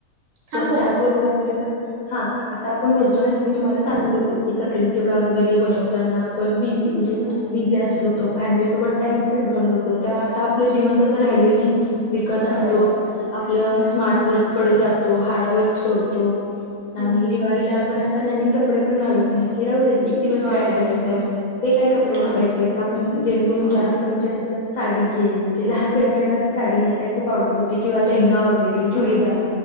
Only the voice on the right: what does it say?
हा
बोला
की
हम्म
होय
हम्म
हम्म
होय
हम्म
होय
होय
होय